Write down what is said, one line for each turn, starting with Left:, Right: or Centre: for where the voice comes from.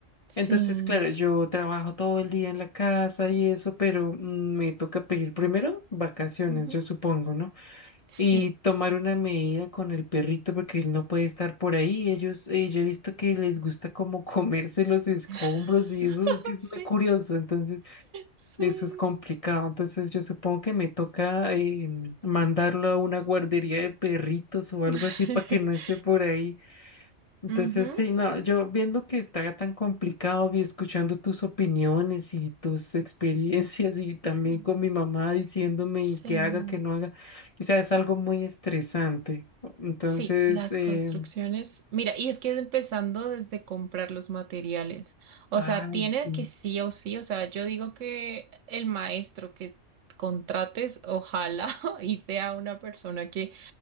Right: Sí.
Left: Entonces, claro, yo trabajo todo el día en la casa y eso, pero mm, me toca pedir primero vacaciones,
Right: ujú,
Left: yo supongo, ¿no?
Right: Sí.
Left: Y tomar una medida con el perrito porque él no puede estar por ahí. Ellos, eh, yo he visto que les gusta como <laughs> comerse los escombros
Right: <laughs>
Left: y eso es que es
Right: Sí,
Left: muy curioso. Entonces...
Right: sí.
Left: Eso es complicado, entonces yo supongo que me toca eh, mandarlo a una guardería de perritos o
Right: <laughs>
Left: algo así para que no esté por ahí. Entonces,
Right: Ujú.
Left: sí, no, yo viendo que está tan complicado y escuchando tus opiniones y tus experiencias y también
Right: Mm.
Left: con mi mamá diciéndome
Right: Sí,
Left: y que haga, que no haga, o sea, es algo muy estresante. Entonces,
Right: sí, las
Left: eh,
Right: construcciones. Mira, y es que empezando desde comprar los materiales. O
Left: ay,
Right: sea, tiene
Left: sí,
Right: que sí o sí. O sea, yo digo que el maestro que contrates, ojalá <laughs> y sea una persona que